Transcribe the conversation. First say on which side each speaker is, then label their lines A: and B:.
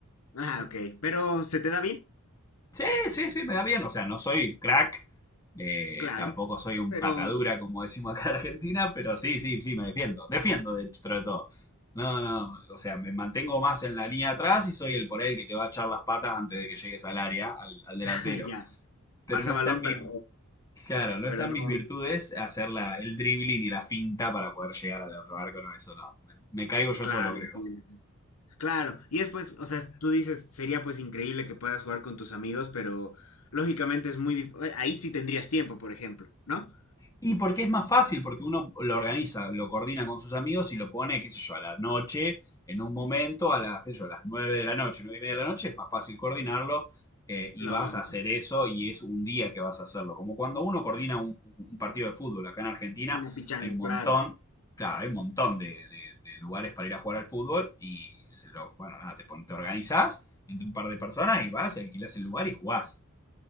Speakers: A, on the left (about 85°); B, on the left (about 15°).
A: Ah, ok. Pero, ¿se te da bien?
B: Sí, sí, sí, me da bien. O sea, no soy crack, eh,
A: Claro.
B: tampoco soy un
A: Pero,
B: patadura, como decimos acá en Argentina, pero sí, sí, sí, me defiendo. Defiendo dentro de todo. No, no, o sea, me mantengo más en la línea de atrás y soy el por ahí el que te va a echar las patas antes de que llegues al área, al, al delantero.
A: <laughs> ya.
B: Pero
A: Pasa
B: no
A: balón,
B: está en mi,
A: pero,
B: claro, no
A: pero
B: está en
A: no.
B: mis virtudes hacer la, el dribbling y la finta para poder llegar al otro arco, no, eso no. Me, me caigo yo
A: Claro,
B: solo, creo.
A: entiendo. Claro, y es pues, o sea, tú dices, sería pues increíble que puedas jugar con tus amigos, pero lógicamente es muy dif- eh, Ahí sí tendrías tiempo, por ejemplo, ¿no?
B: Y porque es más fácil, porque uno lo organiza, lo coordina con sus amigos y lo pone, qué sé yo, a la noche, en un momento, a las, qué sé yo, a las 9 de la noche, 9 y media de la noche, es más fácil coordinarlo eh, y
A: Lógico.
B: vas a hacer eso y es un día que vas a hacerlo. Como cuando uno coordina un, un partido de fútbol, acá en Argentina
A: Una pichanga,
B: hay un montón,
A: claro.
B: claro, hay un montón de, de- de lugares para ir a jugar al fútbol y se lo, bueno, nada, te, pon- te organizás entre un par de personas y vas y alquilás el lugar y jugás.